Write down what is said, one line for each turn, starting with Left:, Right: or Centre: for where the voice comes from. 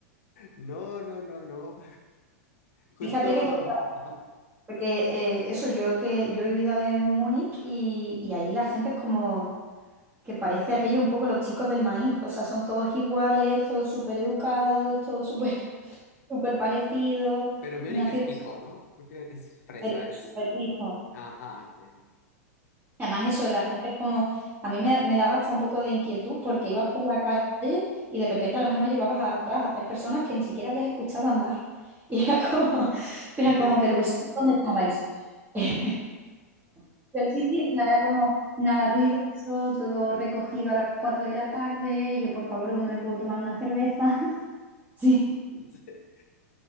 Left: No, no, no, no, no. Justo,
Right: Fíjate que contraste,
Left: ajá.
Right: porque eh, eso, yo que yo he vivido en Múnich y, y allí la gente es como que parece aquello un poco los chicos del maíz. O sea, son todos iguales, todos súper educados, todos súper <laughs> súper parecidos.
Left: Pero mi
Right: Una
Left: es
Right: ciudad
Left: pijo, ¿no? Es fresa,
Right: súper
Left: es...
Right: súper pija.
Left: Ajá, sí,
Right: Además,
Left: sí.
Right: eso, la gente es como, a mí me, da- me daba hasta un poco de inquietud porque ibas por la calle y de repente a lo mejor llevabas atrás a tres personas que ni siquiera habías escuchado andar. <laughs> Y era como, <laughs> era
Left: <laughs>
Right: como, pero vosotros ¿dónde estabais? <laughs> Pero sí, sí, o sea, era como nada ruidoso, todo recogido a las 4 de la tarde y yo, por favor, ¿dónde me puedo tomar una cerveza? <laughs> Sí,
Left: Sí.